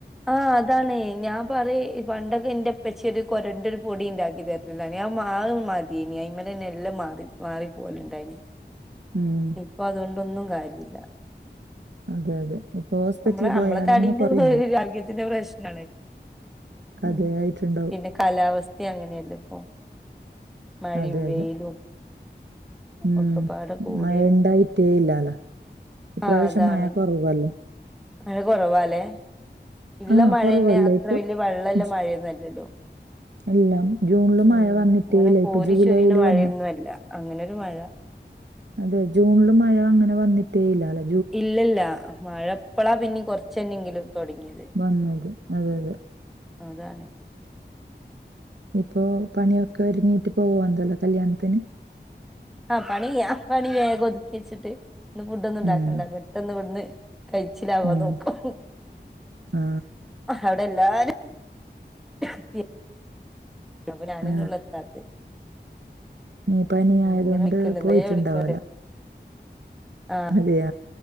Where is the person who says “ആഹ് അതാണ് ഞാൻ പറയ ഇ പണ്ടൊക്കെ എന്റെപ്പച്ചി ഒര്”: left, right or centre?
Centre